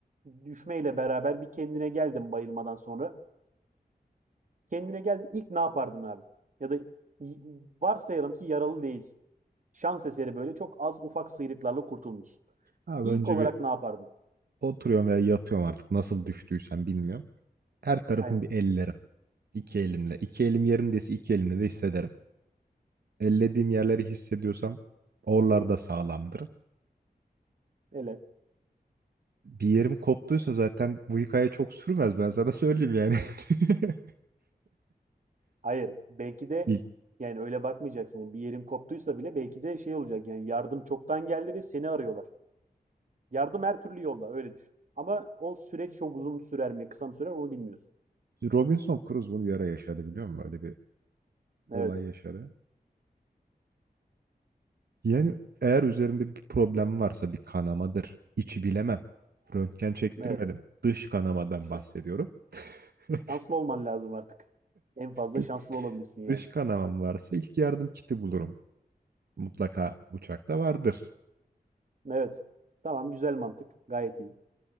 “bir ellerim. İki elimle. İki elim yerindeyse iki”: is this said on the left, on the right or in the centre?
Right